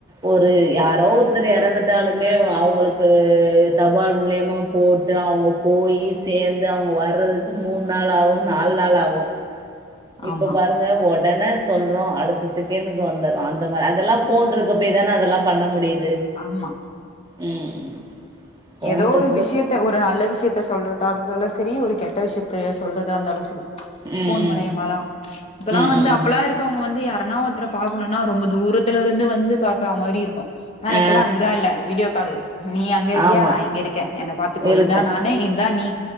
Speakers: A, on the right; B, on the left.
A: ஒரு யாரோ ஒரு ஒருத்தர் எறந்துட்டாலுமே அவுங்களுக்கு தபால் மூலியமா போட்டு அவுங்க போயி சேந்து அவுங்க வர்றதுக்கு மூண் நாள் ஆகு நால் நாள் ஆகு இப்ப
B: ஆமா
A: பாருங்க ஒடனே சொல்றோ அடுத்த செகண்டுகு வந்தர் அந்த மாரி அதெல்லா ஃபோன் இருக் இருக்க போய் தான அதெல்லா பண்ண முடியு
B: ஆமா
A: ம் ஃபோன்
B: ஏதோ
A: இருக்குறது
B: ஒரு விஷ்யத்த ஒரு நல்ல விஷ்யத்த சொல்றததால செரி ஒரு கெட்ட விஷ்யத்த சொல்றதா இருந்தாலு செரி
A: ம்
B: ஃபோன் மூலியமாதா
A: ம்
B: இப்பெல்லா
A: ம்
B: வந்து
A: ம் ம்
B: அப்பெல்லா இருகவங்க வந்து யாரு தெனோ ஒருத்தர பாக்னுனா ரொம்ப தூரத்ல இருந்து வந்து பாக்ற மாரி இருக்கு நா
A: ஆ
B: இப்பெல்லா அப்டில்லா இல்ல வீடியோ கால் நீயா யா
A: ஆமா
B: இங்க இருகே என்ன பாத்துகோ
A: இருக்கே
B: இதா நானு இதா நீ